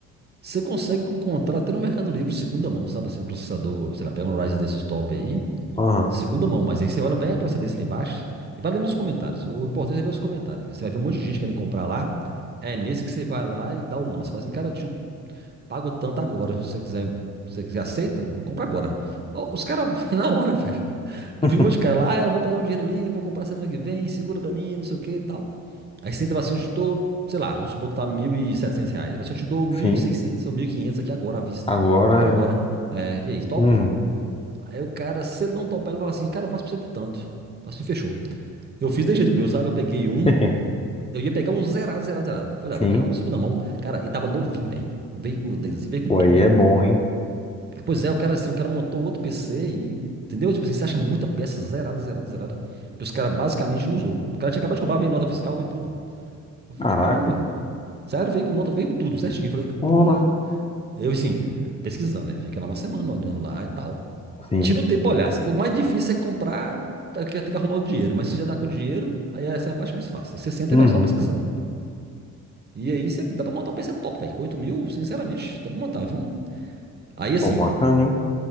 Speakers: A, on the right; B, on the left.
A: Você consegue encontrar até no Mercado Livre, segunda mão, sabe assim, um processador, sei lá, pega um Ryzen desses top aí,
B: Aham,
A: segunda mão, mas aí você olha bem a procedência lá embaixo e vai lendo nos comentários. O importante é ler os comentários. Você vai ver um monte de gente querendo comprar lá, é nesse que você vai lá e dá o lance. Fala assim, cara, eu te Pago tanto agora. Se você quiser, se você quiser, aceita? Eu compro agora. Ó, Os caras, <laughs> na hora, velho.
B: <laughs>
A: Eu vi um monte de cara lá, ah, eu vou pegar um dinheiro ali, vou comprar semana que vem, segura pra mim, não sei o que e tal. Aí você entra e fala assim, eu te dou, sei lá, vamos supor que tá 1.700 reais. Ele fala assim, eu te dou mil
B: sim.
A: e seiscentos ou 1.500 aqui agora, à vista.
B: Agora
A: Compra agora.
B: já.
A: É, e aí, topa?
B: Uhum.
A: Aí o cara, se ele não topar, ele fala assim, cara, eu faço pra você por tanto. Eu falo assim, fechou. Eu fiz desse jeito com o meu, sabe? Eu peguei um,
B: <laughs>
A: eu ia pegar um zerado, zerado, zerado. Falei,
B: Sim.
A: ah, vou pegar um segunda mão. Cara, e tava novinho, velho. Veio com, assim, veio com
B: Pô,
A: tudo.
B: aí é bom, hein?
A: Pois é, o cara assim, o cara montou outro PC e, entendeu? Tipo assim, você acha muita peça zerada, zerada, zerada, que os caras basicamente não usou. O cara tinha acabado de comprar, veio nota fiscal, veio tudo. Eu falei,
B: Caraca.
A: caramba, sério, veio com nota, veio com tudo, certinho. Eu falei,
B: Olá.
A: porra. Eu assim, pesquisando, né? Fica lá uma semana olhando lá e tal.
B: Sim.
A: Tira um tempo pra olhar. O mais difícil é comprar, tá, que tem que arrumar o dinheiro, mas se já tá com dinheiro, aí essa é a parte mais fácil. Aí você senta
B: Uhum.
A: e vai só pesquisando. E aí você dá pra montar um PC top, velho. Com 8 mil, sinceramente, dá pra montar, viu? Aí assim,
B: Pô, bacana, hein?